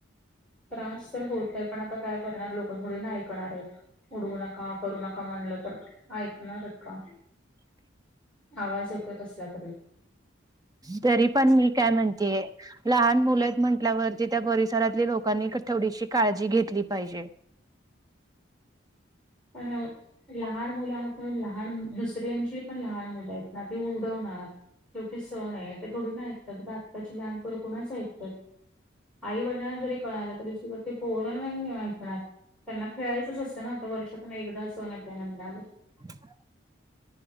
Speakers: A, in the centre; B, on the right.
A: त्रास तर होतय पण आता काय करणार लोकां पु ऐणार उडवू नका करू नका म्हणलं तर ऐकणार का आवाज यो कसला तरी
B: तरी पण मी काय म्हणतेय लहान मुलं आहेत म्हटल्यावरती त्या परिसरातल्या लोकांनी थोडीशी काळजी घेतली पाहिजे
A: पण लहान मुलं आहेत पणून लहान दुसऱ्यांशी पण लहान मुलं आहेत ना ती उडवणार शेवटी सण आहे ते थोडी ना ऐकतात घातकाची लहानपण कोुणाच ऐकतात आई वडिलांना जरी कळालं तरी पोरण नाही ऐणार त्यांना खेळायचंच असतं ना आता वर्षातून एकदा असण य त्या नंदावर
B: ह